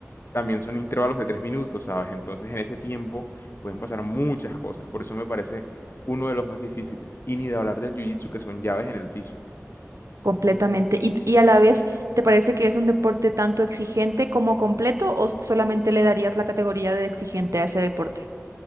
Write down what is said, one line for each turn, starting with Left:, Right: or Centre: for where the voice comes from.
Left: también son intervalos de tres minutos, ¿sabes? Entonces, en ese tiempo pueden pasar muchas cosas. Por eso me parece uno de los más difíciles. Y ni de hablar del jiu-jitsu, que son llaves en el piso.
Right: completamente. ¿Y, y a la vez, te parece que es un deporte tanto exigente como completo o solamente le darías la categoría de exigente a ese deporte?